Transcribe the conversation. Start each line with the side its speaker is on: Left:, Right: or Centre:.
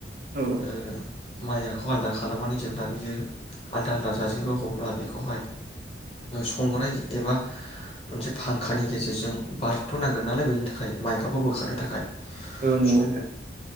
Right: औ
Left: ओ माइखौ आलादा खालामनानै जेब्ला बियो आलादा आलादा जाजोबो अब्ला बेखौहाय संग्राय एबा मोनसे फांखानि गेजेरजों बारथ'नांगोन नालाय बेनि थाखाय माइखौबो बोखारनो थाखाय
Right: औ नंगौ
Left: स'
Right: नोंथां